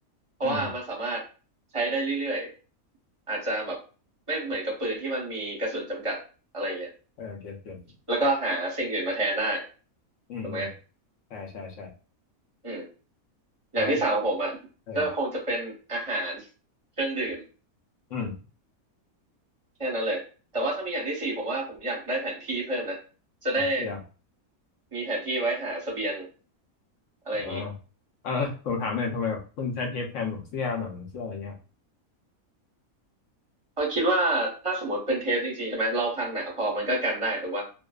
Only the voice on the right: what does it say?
เพราะว่ามันสามารถ
ใช้ได้เรื่อยๆอาจจะแบบไม่เหมือนกับปืนที่มันมีกระสุนจำกัดอะไรเงี้ย
แล้วก็หาสิ่งอื่นมาแทนได้
ถูกไหม
อืมอย่างที่สามของผมอ่ะก็คงจะเป็นอาหาร
เครื่องดื่ม
แค่นั้นเลยแต่ว่าถ้ามีอย่างที่สี่ผมว่าผมอยากได้แผนที่เพิ่มนะจะได้
มีแผนที่ไว้หาเสบียงอะไรอย่างนี้
เพราะคิดว่าถ้าสมมติเป็นเทปจริงๆใช่ไหมเราพันหนาพอมันก็กันได้ถูกป่ะ